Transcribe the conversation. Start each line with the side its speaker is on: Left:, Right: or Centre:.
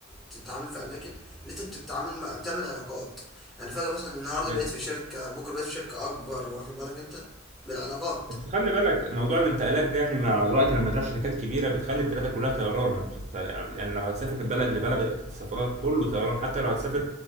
Centre: تتعامل في اماكن ان انت بتتعامل مع بتعمل علاقات يعني فجاه مثلا النهارده
Right: ايوه
Centre: بقيت في شركه بكره بقيت في شركه اكبر واخد بالك انت بالعلاقات
Right: بس خلي بالك موضوع الانتقالات ده يعني مع الوقت لما تروح شركات كبيره بتخلي انتقالاتك كلها طيران ما بتست... يعني لو هتسافر من بلد لبلد بيبقى السفرات كله طيران حتى لو هتسافر